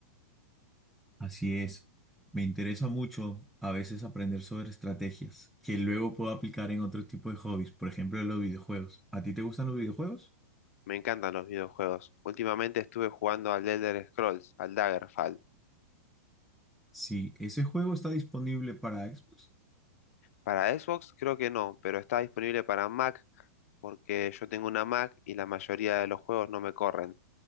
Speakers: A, in the centre; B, on the left.
A: Así es, me interesa mucho a veces aprender sobre estrategias que luego puedo aplicar en otro tipo de hobbies, por ejemplo, los videojuegos. ¿A ti te gustan los videojuegos?
B: Me encantan los videojuegos. Últimamente estuve jugando al Elder Scrolls, al Daggerfall.
A: Si ese juego está disponible para Xbox,
B: Para Xbox creo que no, pero está disponible para Mac porque yo tengo una Mac y la mayoría de los juegos no me corren.